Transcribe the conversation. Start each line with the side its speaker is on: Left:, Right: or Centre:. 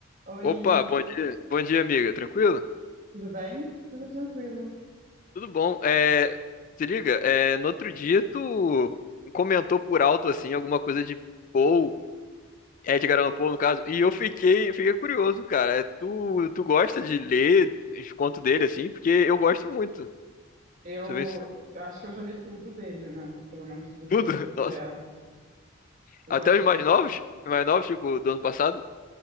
Right: Oi,
Left: Opa, bom dia. Bom dia, amiga. Tranquilo?
Right: tudo bem? Tudo tranquilo.
Left: Tudo bom. É, se liga, é, no outro dia tu comentou por alto, assim, alguma coisa de Poe, Edgar Allan Poe, no caso, e eu fiquei, fiquei curioso, cara. É, Tu, tu gosta de ler os contos dele, assim? Porque eu gosto muito.
Right: Eu,
Left: Você vê
Right: eu acho que eu já li tudo dele, né? Pelo menos tudo
Left: tudo?
Right: que eu,
Left: <laughs> Nossa.
Right: é, eu
Left: Até
Right: gosto
Left: os mais
Right: bastante.
Left: novos? Os mais novos, tipo, do ano passado?